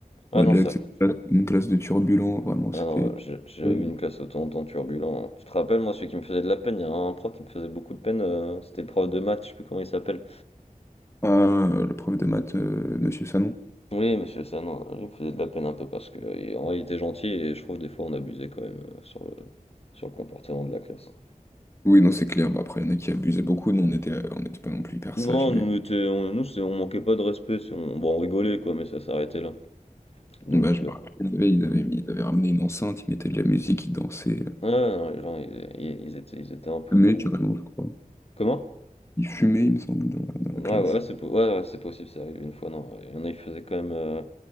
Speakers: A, on the left; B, on the left.
A: Ah
B: Moi,
A: non,
B: déjà,
A: c'est
B: Axel,
A: après.
B: une classe de turbulents, vraiment,
A: Ah
B: c'était.
A: non, ouais, j'ai- j'avais
B: euh,
A: eu une classe autant, autant turbulente. Tu te rappelles, moi, celui qui me faisait de la peine, il y a un prof qui me faisait beaucoup de peine, euh, c'était le prof de maths, je sais plus comment il s'appelle.
B: Ah, le prof de maths, euh, Monsieur Sanon.
A: Oui, monsieur ça non, lui il me faisait de la peine un peu parce que, heu, en vrai il était gentil et je trouve des fois on abusait quand même, heu, sur le sur le comportement de la classe. hein.
B: Oui, non, c'est clair. Bah, après, il y en a qui abusaient beaucoup. Nous, on était, euh, on n'était pas non plus hyper
A: Non,
B: sages, mais
A: nous on était on nous c'est on manquait pas de respect, c'est on bon on rigolait quoi, mais ça s'arrêtait là. Donc,
B: bah, je
A: heu,
B: me rappelle, ils avaient, ils avaient, mis- ils avaient ramené une enceinte, ils mettaient de la musique, ils dansaient. Ils
A: ouais, non, les gens ils é ils étaient ils étaient un peu
B: fumaient
A: fous.
B: carrément, je crois.
A: Comment?
B: Ils fumaient, il me semble, dans, la dans
A: Ouais,
B: la classe.
A: ouais, c'est po ouais, ouais, c'est possible, c'est arrivé une fois, non, il y en a ils faisaient quand même, heu,